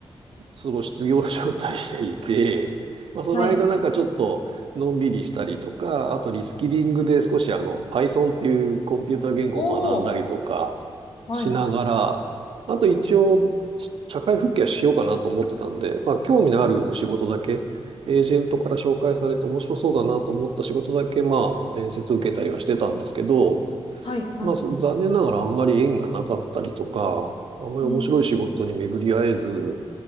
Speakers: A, on the right (about 60°); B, on the left (about 70°).
A: その失業状態でいて、<laughs> まあ、その間なんかちょっとのんびりしたりとか、
B: はい。
A: あとリスキリングで少しあの、Python っていうコンピューター言語を学んだりとか、
B: おお。はい。
A: しながら、あと一応、し社会復帰はしようかなと思ってたんで、まあ、興味のある仕事だけ、エージェントから紹介されて面白そうだなと思った仕事だけ、まあ、面接受けたりはしてたんですけど、
B: はい。はい。
A: まあ、す残念ながらあんまり縁がなかったりとか、あんまり面白い仕事に巡り合えず、
B: うーん。